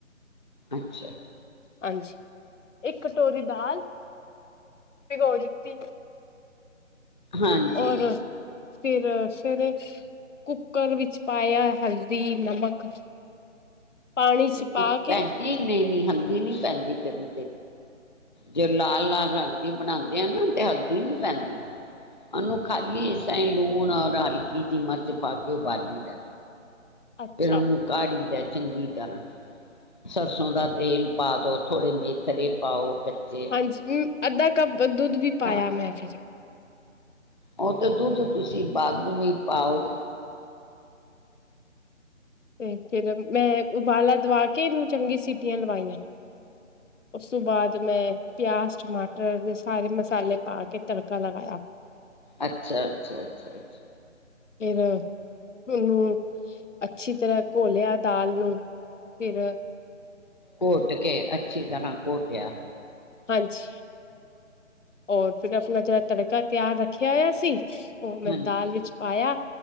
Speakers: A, on the left; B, on the left.
A: ਅੱਛਾ।
B: ਹਾਂਜੀ, ਇੱਕ ਕਟੋਰੀ ਦਾਲ ਭਿਗੋ ਦਿੱਤੀ।
A: ਹਾਂਜੀ
B: ਔਰ ਫਿਰ ਸਵੇਰੇ ਕੁੱਕਰ ਵਿੱਚ ਪਾਇਆ ਹਲਦੀ, ਨਮਕ ਪਾਣੀ ਚ ਪਾ
A: ਭੈਣਜੀ,
B: ਕੇ
A: ਨਹੀਂ ਨਹੀਂ ਹਲਦੀ ਨੀ ਪੈਂਦੀ ਫਿਰ। ਜੋ ਲਾਲ ਲਾਲ ਰੰਗ ਦੀ ਬਣਾਂਦੇ ਆ ਨਾ ਤੇ ਹਲ ਦੀ ਨੀ ਪੈਂਦੀ। ਉਹਨੂੰ ਖਾਲੀ ਇਸ ਤਾਈ ਲੂਣ ਔਰ ਹਲਕੀ ਜਿਹੀ ਮਿਰਚ ਪਾ ਕੇ ਉਬਾਲੀ ਦਾ ਏ।
B: ਅੱਛਾ
A: ਫਿਰ ਉਹਨੂੰ ਕਾੜੀਦਾ ਏ। ਚੰਗੀ ਤਰ੍ਹਾਂ ਸਰਸੋਂ ਦਾ ਤੇਲ ਪਾ ਦੋ ਥੋੜੇ ਮੇਥਰੇ ਪਾਓ ਕੱਚੇ
B: ਹਾਂਜੀ ਅੱਧਾ ਕੱਪ ਦੁੱਧ ਵੀ
A: ਖਰਾਬ
B: ਪਾਇਆ
A: ਹੋ
B: ਮੈਂ ਫਿਰ
A: ਉਹ ਤਾਂ ਦੁੱਧ ਤੁਸੀਂ ਬਾਅਦ ਨੂੰ ਵੀ ਪਾਓਗੇ
B: ਤੇ ਫਿਰ ਮੈਂ ਉਬਾਲਾ ਦਵਾ ਕੇ ਇਹਨੂੰ ਚੰਗੀ ਸੀਟੀਆਂ ਲਵਾਈਆਂ ਉਸ ਤੋਂ ਬਾਅਦ ਮੈਂ ਪਿਆਜ ਟਮਾਟਰ ਦੇ ਸਾਰੇ ਮਸਾਲੇ ਪਾ ਕੇ ਤੜਕਾ ਲਗਾਇਆ
A: ਅੱਛਾ ਅੱਛਾ ਅੱਛਾ ਅੱਛਾ
B: ਫਿਰ ਉਹਨੂੰ ਅੱਛੀ ਤਰ੍ਹਾਂ ਘੋਲਿਆ ਦਾਲ ਨੂੰ ਫਿਰ
A: ਘੋਟ ਕੇ ਅੱਛੀ ਤਰ੍ਹਾਂ ਘੋਟਿਆ
B: ਹਾਂਜੀ ਹੋਰ ਫਿਰ ਆਪਣਾ ਜਿਹੜਾ ਤੜਕਾ ਤਿਆਰ ਰੱਖਿਆ ਹੋਆ ਸੀ ਉਹ ਮੈਂ
A: ਹਾਂਜੀ
B: ਦਾਲ ਵਿੱਚ ਪਾਇਆ